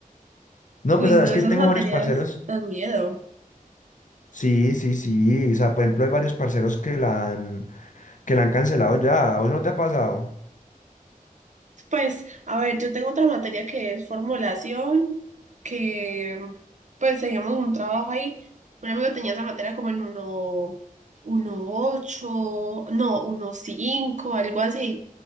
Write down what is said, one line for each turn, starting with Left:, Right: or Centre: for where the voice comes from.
Left: No,
Right: Uy,
Left: pues es
Right: no, esas
Left: que tengo
Right: materias
Left: varios parceros,
Right: dan miedo.
Left: sí, sí, sí, o sea, por ejemplo hay varios parceros que la han, que la han cancelado ya, ¿a ¿vos no te ha pasado?
Right: Pues, a ver, yo tengo otra materia que es formulación, que pues teníamos un trabajo ahí. Un amigo tenía esa materia como en uno, uno ocho, no, uno cinco, algo así.